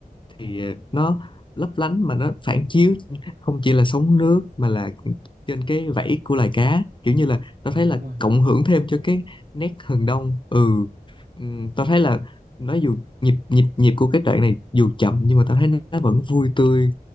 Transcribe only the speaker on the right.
ờ
đúng
rồi